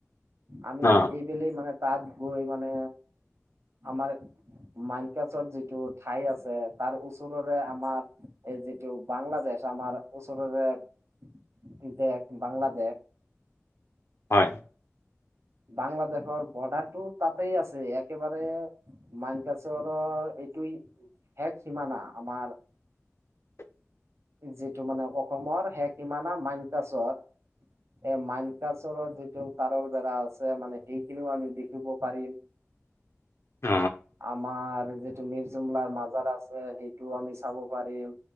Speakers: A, on the right; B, on the left.
A: আমি
B: অ
A: এইবেলি মানে তাত গৈ মানে আমাৰ মানকাছাৰ যিটো ঠাই আছে তাৰ ওচৰৰে আমাৰ এই যিটো বাংলাদেশ আমাৰ ওচৰৰে দেশ বাংলাদেশ
B: হয়।
A: বাংলাদেশৰ বৰ্ডাৰটো তাতেই আছে, একেবাৰে মানকাছাৰৰ এইটোই শেষ সীমা না আমাৰ
B: <inaudible>
A: যিটো মানে অসমৰ শেষ সীমা না মানকাছৰ এই মাইনকাছৰৰ যিটো তাঁৰৰ বেৰা আছে মানে সেইখিনিও আমি দেখিব পাৰিম।
B: <inaudible> অ
A: আমাৰ যিটো মিৰ্জুমলাৰ মাজাৰ আছে সেইটো আমি চাব পাৰিম,